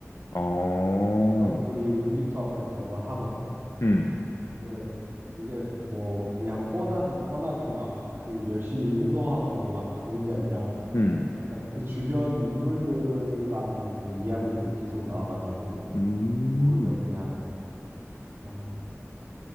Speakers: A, on the left; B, on the right.
A: 어,
B: 이 위해서 둘이 의기투합해서 뭔가를 하거든.
A: 음,
B: 근데 이게 뭐 그냥 뻔하디 뻔하게 막 그 열심히 운동하고 막 그런 게 아니라
A: 음,
B: 약간 그 주변 인물들 간의 그 이야기들이 계속 나와가지고
A: 음,
B: 오히려 그냥 그냥